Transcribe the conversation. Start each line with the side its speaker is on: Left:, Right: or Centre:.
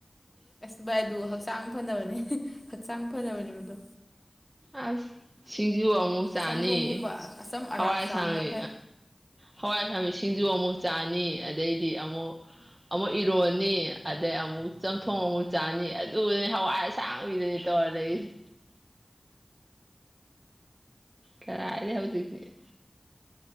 Left: ꯑꯁ ꯏ ꯑꯗꯨꯣꯍ ꯁꯥꯡ ꯍꯣꯠꯅꯕꯅꯤ ꯍꯛꯆꯥꯡ ꯐꯅꯕꯅꯦꯕꯗꯣ
Right: ꯑꯁ ꯁꯤ ꯁꯤꯡꯖꯨ ꯑꯃꯨꯛ ꯆꯥꯅꯤ
Left: ꯆꯝꯊꯣꯡꯒꯨꯝꯕ ꯑꯆꯝ ꯑꯔꯥꯛ
Right: ꯍꯋꯥꯏ ꯑꯁꯥꯡꯕꯤ
Left: ꯆꯥꯕꯅ ꯐꯩ
Right: ꯍꯋꯥꯏ ꯑꯁꯥꯡꯕꯤ ꯁꯤꯡꯖꯨ ꯑꯃꯨꯛ ꯆꯥꯅꯤ ꯑꯗꯩꯗꯤ ꯑꯃꯨꯛ ꯑꯃꯨꯛ ꯏꯔꯣꯟꯅꯤ ꯑꯗꯩ ꯑꯃꯨꯛ ꯆꯝꯊꯣꯡ ꯑꯃꯨꯛ ꯆꯥꯅꯤ ꯑꯗꯨꯅꯤ ꯍꯋꯥꯏ ꯑꯁꯥꯡꯏꯗꯅꯤ ꯇꯧꯔ ꯂꯩꯁꯦ ꯀꯥꯔꯥꯏꯗꯩ ꯍꯧꯖꯤꯛꯇꯤ